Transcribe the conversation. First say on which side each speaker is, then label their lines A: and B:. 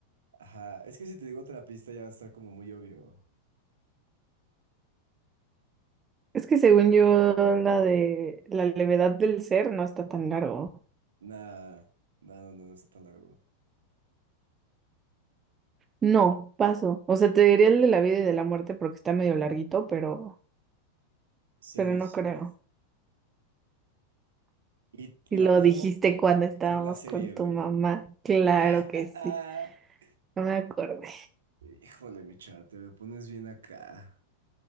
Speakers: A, on the right; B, on the right.
A: Ajá, es que si te digo otra pista ya va a estar como muy obvio.
B: Es que según yo, la de la levedad del ser no está tan largo.
A: Nah, nah, no, no, no está tan largo.
B: No, paso. O sea, te diría el de la vida y de la muerte porque está medio larguito, pero
A: Cien
B: pero
A: años
B: no
A: de soledad.
B: creo.
A: Y
B: Si
A: lo
B: lo
A: hablamos
B: dijiste cuando
A: porque
B: estábamos
A: es la serie,
B: con tu
A: güey.
B: mamá, claro
A: <laughs>
B: que sí, no me acordé.
A: Híjole, mi chava, te me pones bien acá.